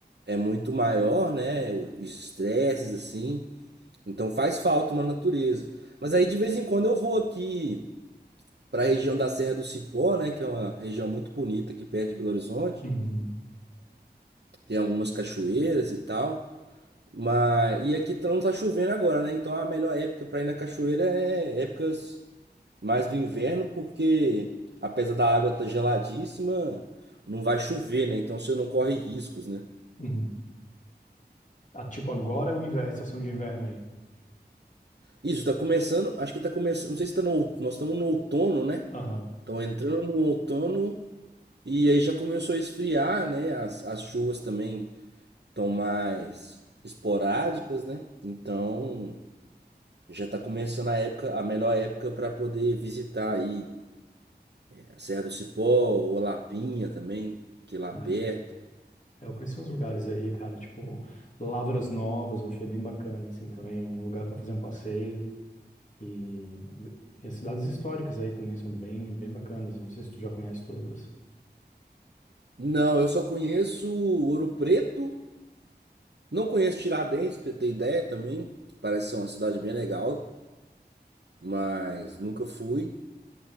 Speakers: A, on the right (about 80°); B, on the left (about 45°).
A: é muito maior, né? Os estresses assim, então faz falta uma natureza. Mas aí de vez em quando eu vou aqui pra região da Serra do Cipó, né, que é uma região muito bonita aqui perto de Belo Horizonte.
B: Uhum,
A: Tem algumas cachoeiras e tal. Mas e aqui tá- não tá chovendo agora, né? Então a melhor época pra ir na cachoeira é épocas mais do inverno, porque apesar da água estar geladíssima, não vai chover, né? Então você não corre riscos, né?
B: uhum. Ah, tipo, agora é o inverno, a estação de inverno aí.
A: Isso, tá começando, acho que tá começando, não sei se tá no, out- nós estamos no outono, né?
B: Aham,
A: Estão entrando no outono e aí já começou a esfriar, né? As, as chuvas também estão mais esporádicas, né? Então já tá começando a época, a melhor época para poder visitar aí a Serra do Cipó ou Lapinha também, que é lá perto.
B: é. É, Eu conheci uns lugares aí, cara, tipo, Lavras Novas, eu achei bem bacana, assim, também, um lugar para fazer um passeio. E, e as cidades históricas aí também são bem, bem bacanas, não sei se tu já conhece todas.
A: Não, eu só conheço Ouro Preto, não conheço Tiradentes, pra você ter ideia também. Parece ser uma cidade bem legal, mas nunca fui.